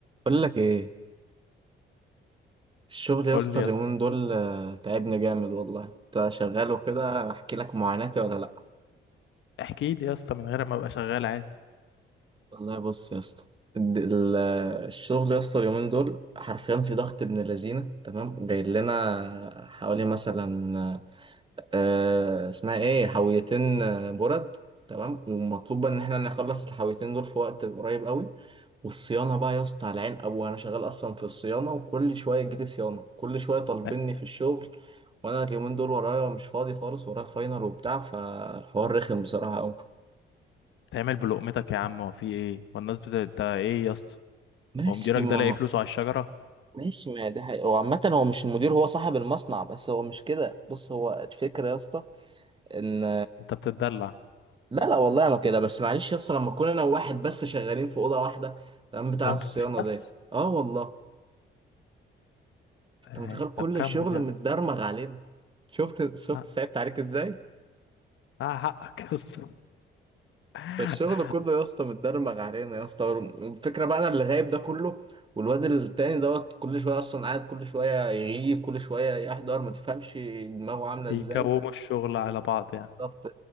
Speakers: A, on the right; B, on the left.
A: بقول لك ايه الشغل يا
B: قول
A: اسطى
B: لي
A: اليومين
B: يا اسطى
A: دول آه، تعبني جامد والله انت شغال وكده احكي لك معاناتي ولا لا
B: احكي لي يا اسطى من غير ما ابقى شغال عادي
A: والله بص يا اسطى الد- ال- آه، الشغل يا اسطى اليومين دول حرفيا في ضغط ابن لذينه تمام جاي لنا حوالي مثلا آه، اسمها ايه حاويتين آه، برد تمام ومطلوب ان احنا نخلص الحاويتين دول في وقت قريب قوي والصيانة بقى يا اسطى على عين أبوه أنا شغال أصلا في الصيانة وكل شوية يجيلي صيانة كل شوية طالبيني
B: لا،
A: في الشغل وأنا اليومين دول ورايا مش فاضي خالص ورايا فاينل وبتاع فالحوار رخم بصراحة أوي
B: تعمل بلقمتك يا عم هو في ايه والناس بت انت ايه يا اسطى
A: ماشي
B: هو مديرك
A: ما
B: ده لاقي فلوسه على الشجره
A: ماشي ما ده حقيقة. هو عامة هو مش المدير هو صاحب المصنع بس هو مش كده بص هو الفكرة يا اسطى إن
B: انت بتتدلع
A: لا لا والله أنا كده بس معلش يا اسطى لما أكون أنا وواحد بس شغالين في أوضة واحدة تمام بتاعة
B: هو انتوا
A: الصيانة
B: اتنين بس
A: دي أه والله أنت
B: ايه،
A: متخيل كل
B: طب كمل
A: الشغل
B: يا
A: متدرمغ
B: اسطى
A: علينا شفت شفت
B: لا
A: صعبت عليك ازاي
B: لا حقك يا اسطى <laughs>
A: فالشغل كله يا اسطى متدرمغ علينا يا اسطى الفكره بقى انا اللي غايب ده كله والواد التاني دوت كل شويه اصلا قاعد كل شويه يغيب كل شويه يحضر ما تفهمش دماغه عامله
B: بيكوموا
A: ازاي فاهم
B: الشغل على بعض يعني
A: ضغط